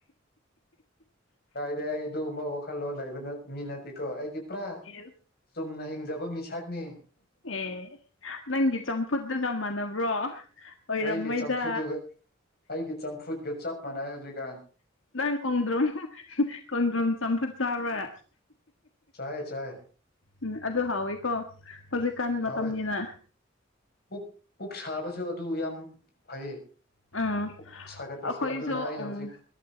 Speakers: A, on the left; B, on the left.
A: ꯀꯗꯤ ꯑꯩ ꯑꯗꯨꯒꯨꯝꯕ ꯋꯥꯈꯜꯂꯣꯟ ꯂꯩꯕ ꯃꯤ ꯅꯠꯇꯦꯀꯣ ꯑꯩꯗꯤ ꯄꯨꯔꯥ
B: ꯌꯦꯁ
A: ꯆꯨꯝꯅ ꯍꯤꯡꯖꯕ ꯃꯤꯁꯛꯅꯤ
B: ꯑꯦ ꯅꯪꯒꯤ ꯆꯝꯐꯨꯠꯗꯨꯒ ꯃꯥꯟꯅꯕ꯭ꯔꯣ ꯑꯣꯏꯔꯝꯃꯣꯏꯗ
A: ꯑꯩꯒꯤ ꯆꯝꯐꯨꯠꯇꯨꯒ ꯑꯩꯒꯤ ꯆꯝꯐꯨꯠꯒ ꯆꯞ ꯃꯥꯟꯅꯩ ꯍꯧꯖꯤꯛꯀꯥꯟ
B: ꯅꯪ ꯀꯣꯡꯗ꯭ꯔꯣꯝ ꯀꯣꯡꯗ꯭ꯔꯝ ꯆꯝꯐꯨꯠ ꯆꯥꯕ꯭ꯔꯦ
A: ꯆꯥꯏ ꯆꯥꯏ
B: ꯎꯝ ꯑꯗꯨ ꯍꯥꯎꯋꯤꯀꯣ ꯍꯧꯖꯤꯛꯀꯥꯟ
A: ꯍꯥꯎꯋꯦ
B: ꯃꯇꯝꯅꯤꯅ
A: ꯄꯨꯛ ꯄꯨꯛ ꯁꯥꯕꯁꯨ ꯑꯗꯨ ꯌꯥꯝ ꯐꯩ
B: ꯑꯥ
A: ꯄꯨꯛ ꯁꯥꯒꯠꯄꯁꯦ
B: ꯑꯩꯈꯣꯏꯁꯨ
A: ꯑꯗꯨꯅ ꯑꯩ
B: ꯎꯝ
A: ꯍꯧꯖꯤꯛ